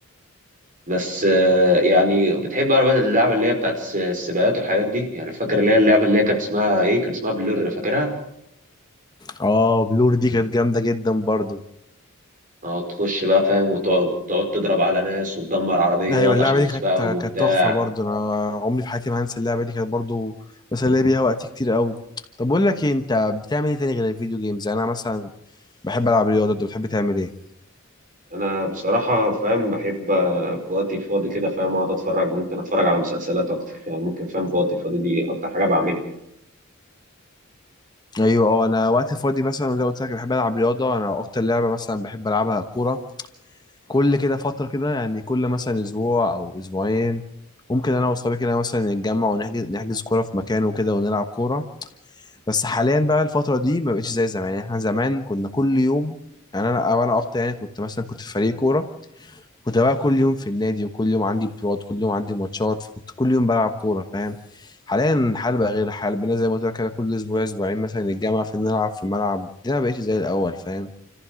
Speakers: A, on the right; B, on the left.
A: بس آه، يعني بتحب بقى اللعبة اللي هي بتاعت الس- السباقات والحاجات دي يعني فاكر اللي هي اللعبة اللي هي كانت اسمها إيه كان اسمها بلور فاكرها؟
B: اه بلور دي كانت جامده جدا برضه
A: اه تخش بقى فاهم وتقعد تقعد تضرب على ناس وتدمر عربيات
B: ايوه اللعبه
A: عشان تسبقهم
B: دي كانت
A: وبتاع
B: كانت تحفه برضه انا عمري في حياتي ما هنسى اللعبه دي كانت برضه بسلي بيها وقت كتير قوي طب بقول لك ايه انت بتعمل ايه تاني غير الفيديو جيمز يعني انا مثلا بحب العب رياضه انت بتحب تعمل ايه
A: انا بصراحه فاهم بحب آه، في وقتي الفاضي كده فاهم اقعد اتفرج ممكن اتفرج على مسلسلات اكتر يعني ممكن فاهم في وقتي الفاضي دي اكتر حاجه بعملها
B: ايوه اه انا وقت فاضي مثلا زي ما قلت لك بحب العب رياضه انا اكتر لعبه مثلا بحب العبها كوره كل كده فترة كده يعني كل مثلا أسبوع أو أسبوعين ممكن أنا وأصحابي كده مثلا نتجمع ونحجز نحجز كورة في مكان وكده ونلعب كورة بس حاليا بقى الفترة دي ما بقتش زي زمان يعني إحنا زمان كنا كل يوم يعني أنا أو أنا أكتر يعني كنت مثلا كنت في فريق كورة كنت بقى كل يوم في النادي وكل يوم عندي براد كل يوم عندي ماتشات كنت كل يوم بلعب كورة فاهم حاليا الحال بقى غير الحال بقينا زي ما قلت لك كده كل أسبوع أسبوعين مثلا نتجمع في نلعب في الملعب دي أنا ما بقتش زي الأول فاهم